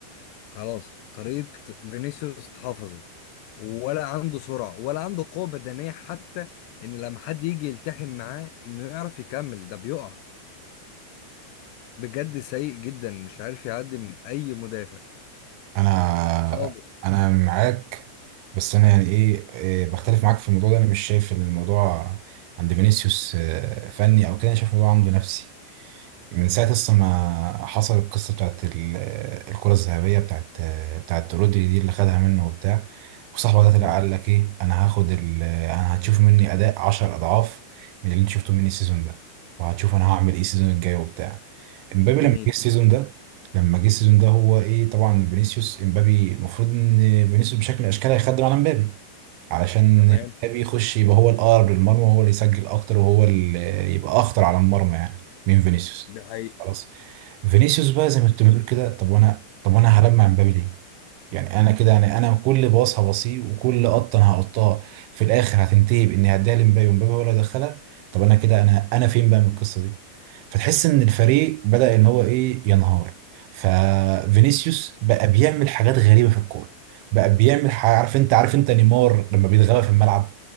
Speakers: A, on the left; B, on the right.
A: خلاص طريقة فينيسيوس اتحفظت ولا عنده سرعة ولا عنده قوة بدنية حتى إن لما حد يجي يلتحم معاه إنه يعرف يكمل ده بيقع بجد سيء جدا مش عارف يعدي من اي مدافع
B: انا
A: خالص
B: انا معاك بس انا يعني ايه إيه، بختلف معاك في الموضوع ده انا مش شايف الموضوع عند فينيسيوس آه، فني او كده انا شايف الموضوع عنده نفسي من ساعة أصلا ما حصل القصة بتاعت ال- الكرة الذهبية بتاعت بتاعت رودري دي اللي خدها منه وبتاع وصاحبه
A: طب
B: ده
A: م-
B: طلع قال لك إيه أنا هاخد ال أنا هتشوف مني أداء 10 أضعاف من اللي أنت شفته مني السيزون ده وهتشوف أنا هعمل إيه السيزون الجاي وبتاع إمبابي لما
A: جميل
B: جه السيزون ده لما جه السيزون ده هو إيه طبعا فينيسيوس إمبابي المفروض إن فينيسيوس بشكل من الأشكال هيخدم على إمبابي علشان
A: تمام
B: مبابي يخش يبقى هو الأقرب للمرمى وهو اللي يسجل أكتر وهو اللي يبقى أخطر على المرمى يعني من فينيسيوس
A: ده حقيقي
B: خلاص فينيسيوس بقى زي ما انت بتقول كده طب وأنا طب وأنا هلمع مبابي ليه؟ يعني انا كده يعني انا كل باص هبصيه وكل قطه انا هقطها في الاخر هتنتهي باني هديها لمبابي ومبابي ولا يدخلها طب انا كده انا انا فين بقى من القصه دي فتحس ان الفريق بدا ان هو ايه ينهار ففينيسيوس بقى بيعمل حاجات غريبه في الكوره بقى بيعمل ح- عارف انت عارف انت نيمار لما بيتغلب في الملعب